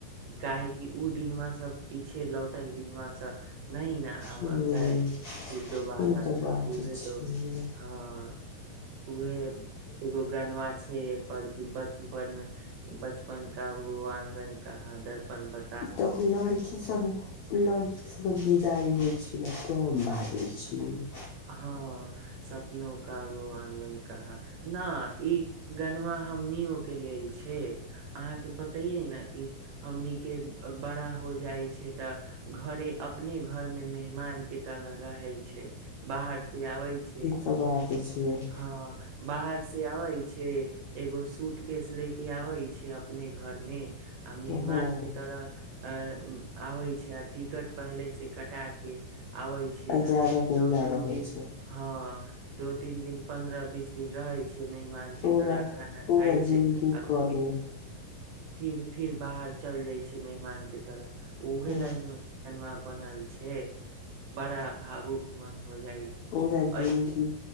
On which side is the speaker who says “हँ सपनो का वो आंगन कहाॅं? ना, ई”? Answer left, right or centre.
Right